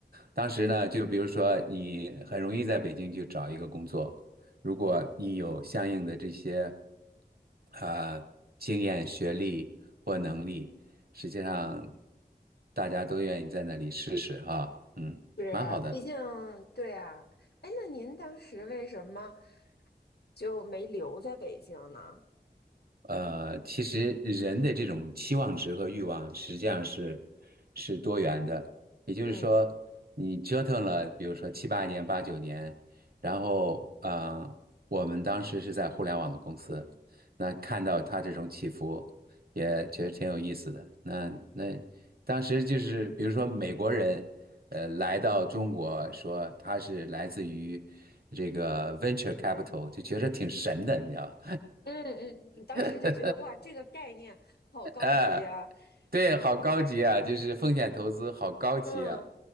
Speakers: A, on the right; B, on the left.
A: 当时呢，就比如说你很容易在北京就找一个工作，如果你有相应的这些啊，经验、学历或能力，实际上大家都愿意在那里试试哈，嗯，
B: 是啊，
A: 蛮好的。
B: 毕竟对啊。哎，那您当时为什么就没留在北京呢？
A: 呃，其实人的这种期望值和欲望实际上是是多元的，也就是说，
B: 嗯
A: 你折腾了，比如说七八年、八九年，然后，呃，我们当时是在互联网的公司，那看到它这种起伏，也觉得挺有意思的。那那当时就是，比如说美国人，呃，来到中国说他是来自于这个 venture capital，就觉得挺神的，你知道吗？
B: 嗯嗯嗯，当时就觉得哇，
A: <laughs>
B: 这个概念好高级啊。
A: 哎，对，
B: 嗯
A: 好高级啊，就是风险投资好高级啊。
B: 嗯